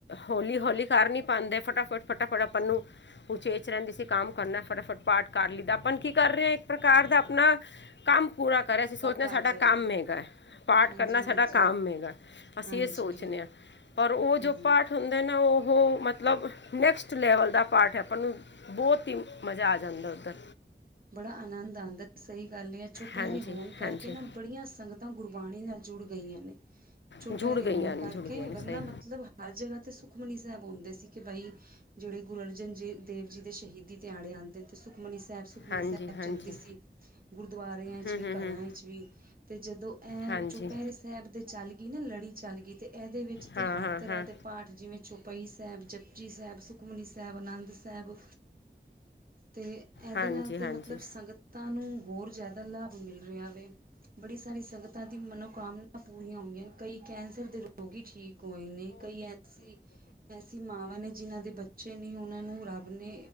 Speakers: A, on the left; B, on the right.
A: ਹੋਲੀ-ਹੋਲੀ ਕਰ ਨੀ ਪਾਂਦੇ ਫਟਾਫਟ ਫਟਾਫਟ ਆਪਾਂ ਨੂੰ ਉਚੇਚ ਰਹਿੰਦੇ ਸੀ ਕੰਮ ਕਰਨਾ ਫਟਾਫਟ ਪਾਠ ਕਰ ਲਈਦਾ ਆਪਾਂ ਕੀ ਕਰ ਰਹੇ ਹਾਂ ਪ੍ਰਕਾਰ ਦਾ ਆਪਣਾ, ਕੰਮ ਪੂਰਾ ਕਰਿਆ ਅਸੀਂ ਸੋਚਣਾ
B: ਕਰ
A: ਸਾਡਾ
B: ਰਹੇ
A: ਕੰਮ
B: ਹਾਂ
A: ਹੈਗਾ, ਪਾਠ
B: ਹਾਂਜੀ
A: ਕਰਨਾ ਸਾਡਾ
B: ਹਾਂਜੀ
A: ਕੰਮ ਹੈਗਾ। ਅਸੀਂ
B: ਹਾਂਜੀ
A: ਇਹ ਸੋਚਦੇ ਹਾਂ, ਪਰ ਉਹ
B: ਹੂੰ
A: ਜੋ ਪਾਠ ਹੁੰਦਾ ਨਾ ਉਹ ਉਹ ਮਤਲਬ ਨੈਕਸਟ ਲੈਵਲ ਦਾ ਪਾਠ ਹੈ ਆਪਾਂ ਨੂੰ ਬਹੁਤ ਹੀ ਮਜ਼ਾ ਆ ਜਾਂਦਾ ਉੱਧਰ।
B: ਬੜਾ ਆਨੰਦ ਆਉਂਦਾ ਸਹੀ ਗੱਲ ਆ ਚੁਪਹਿਰੇ
A: ਹਾਂਜੀ
B: ਹੋਣ ਕਰਕੇ
A: ਹਾਂਜੀ
B: ਨਾ ਬੜੀਆਂ ਸੰਗਤਾਂ ਗੁਰਬਾਣੀ ਨਾਲ ਜੁੜ ਗਈਆਂ ਨੇ। ਚੁਪਹਿਰੇ
A: ਜੁੜ ਗਈਆਂ
B: ਹੋਣ ਕਰਕੇ
A: ਨੇ ਜੁੜ ਗਈਆਂ ਨੇ
B: ਵਰਨਾ
A: ਸਹੀ
B: ਮਤਲਬ ਹਰ ਜਗ੍ਹਾ 'ਤੇ ਸੁਖਮਨੀ ਸਾਹਿਬ ਹੁੰਦੇ ਸੀ ਕਿ ਬਈ ਜਿਹੜੇ ਗੁਰੂ ਅਰਜਨ ਦੇਵ ਜੀ ਦੇ ਸ਼ਹੀਦੀ ਦਿਹਾੜੇ ਆਉਂਦੇ ਨੇ ਤੇ ਸੁਖਮਨੀ ਸਾਹਿਬ ਸੁਖਮਨੀ
A: ਹਾਂਜੀ
B: ਸਾਹਿਬ
A: ਹਾਂਜੀ
B: ਚੱਲਦੀ ਸੀ। ਗੁਰਦੁਆਰਿਆਂ ਚ
A: ਹੂੰ
B: ਵੀ,
A: ਹੂੰ
B: ਘਰਾਂ
A: ਹੂੰ
B: ਵਿਚ ਵੀ ਤੇ ਜਦੋਂ ਇਹ
A: ਹਾਂਜੀ
B: ਚੁਪਹਿਰੇ ਸਾਹਿਬ ਦੇ ਚੱਲ ਗਈ ਨਾ ਲੜੀ ਚੱਲ ਗਈ ਅਤੇ ਇਹਦੇ ਵਿੱਚ ਤਾਂ
A: ਹਾਂ
B: ਹਰ
A: ਹਾਂ
B: ਤਰ੍ਹਾਂ
A: ਹਾਂ
B: ਦੇ ਪਾਠ ਜਿਵੇਂ ਚੌਪਈ ਸਾਹਿਬ, ਜਪਜੀ ਸਾਹਿਬ, ਸੁਖਮਨੀ ਸਾਹਿਬ, ਆਨੰਦ ਸਾਹਿਬ ਤੇ ਇਹਦੇ
A: ਹਾਂਜੀ
B: ਨਾਲ ਤਾਂ
A: ਹਾਂਜੀ
B: ਮਤਲਬ ਸੰਗਤਾਂ ਨੂੰ ਹੋਰ ਜ਼ਿਆਦਾ ਲਾਭ ਮਿਲ ਰਿਹਾ ਵੇ। ਬੜੀ ਸਾਰੀ ਸੰਗਤਾਂ ਦੀ ਮਨੋਕਾਮਨਾ ਪੂਰੀਆਂ ਹੋਈਆਂ ਨੇ। ਕਈ ਕੈਂਸਰ ਦੇ ਰੋਗ ਹੀ ਠੀਕ ਹੋਏ ਨੇ ਕਈ ਐਸੀ ਅਸੀਂ ਮਾਵਾਂ ਨੇ ਜਿਨ੍ਹਾਂ ਦੇ ਬੱਚੇ ਨਹੀਂ ਉਹਨਾਂ ਨੂੰ ਰੱਬ ਨੇ